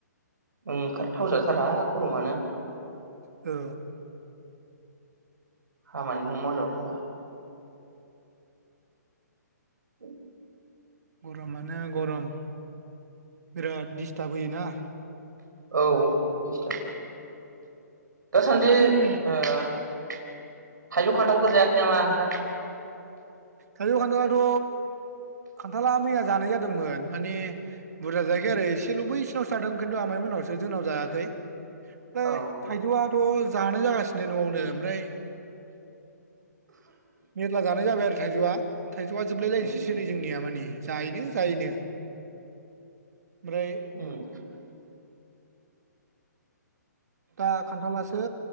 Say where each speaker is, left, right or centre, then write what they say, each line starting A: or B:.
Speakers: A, on the right; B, on the right.
A: ओंखारथाव जाथारा गरमानो
B: औ
A: खामानिखौ मावजा थावा। उम
B: गरमानो गरम बिराद दिस्टाब होयोना।
A: औ दिस्ताब। दासान्दि
B: थाइजौ
A: ओ। थाइजौ खान्थालफोर जायाखै नामा नोंथां।
B: थाइजौ खान्थालाथ' खान्थाला मैया जानाय जादोंमोन माने बुरजा जायाखै आरो एसेल' बैसिनावसो जादों खिन्थु आमाइ मोननावसो जोंनाव जायाखै। फ्राय
A: औ
B: थायजौआ। थ' जानाय जागासिनो न'आवनो ओमफ्राय। मेनला जा जाबाय आरो थाइजौआ थाइजौआ जोबलायलायनोसैसो
A: उम
B: नै जोंनिया माने जायोनो जायोनो। आमफ्राय।
A: उम
B: दा खान्थालासो।